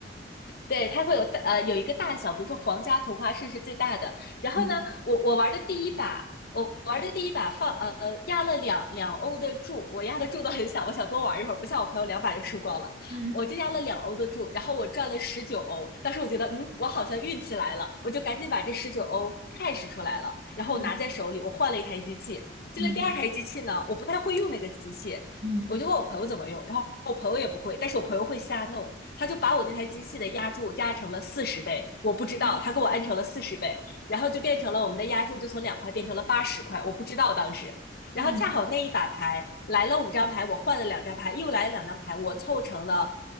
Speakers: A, on the left; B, on the right.
A: 对，它会有大呃有一个大小，比如说皇家同花顺是最大的。然后呢，
B: 嗯
A: 我我玩的第一把，我玩的第一把放呃压了两两欧的注，我压的注都很小，我想多玩一会儿，不像我朋友两把就输光了，
B: 嗯
A: 我就压了两欧的注，然后我赚了十九欧。当时我觉得，嗯，我好像运气来了，我就赶紧把这十九欧 cash 出来了，然后我拿在手里，
B: 嗯
A: 我换了一台机器。进了第二台机器呢，
B: 嗯
A: 我不太会用那个机器，
B: 嗯
A: 我就问我朋友怎么用，然后我朋友也不会，但是我朋友会瞎弄，他就把我那台机器的压铸加成了四十倍，我不知道，
B: 嗯
A: 他给我按成了四十倍，然后就变成了我们的压铸就从两块变成了八十块，我不知道当时。
B: 嗯，
A: 然后恰好那一把牌来了五张牌，我换了两张牌，又来了两张牌，我凑成了